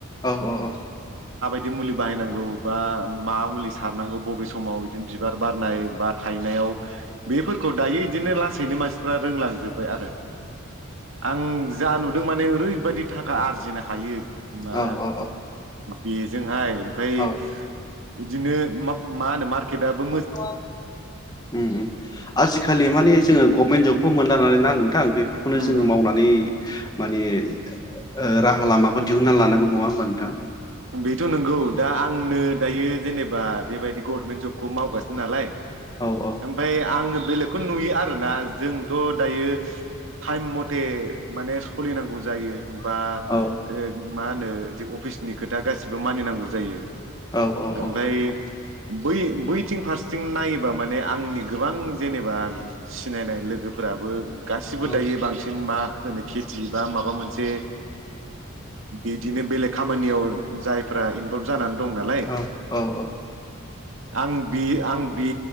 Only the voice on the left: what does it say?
औ औ औ।
औ औ
औ
ओम ओम आजिखालि माने जोंङो गभमेन्ट जब खौ मोनदानानै ना नोंथां बेफोरखौनो
जोंङो मावनानै माने ओ राहा लामाखौ दिहुननानै लानांगौ नंङा होमबा नोंथां।
औ औ
औ
औ औ
औ औ औ
औ
औ औ औ